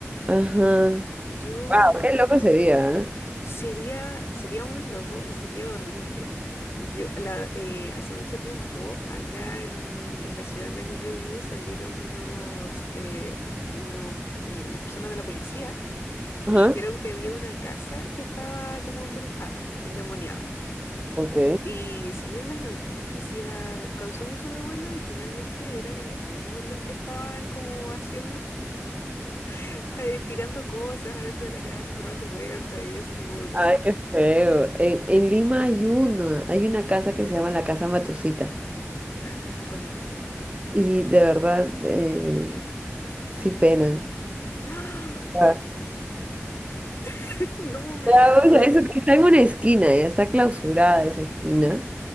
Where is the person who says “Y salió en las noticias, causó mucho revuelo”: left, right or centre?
Left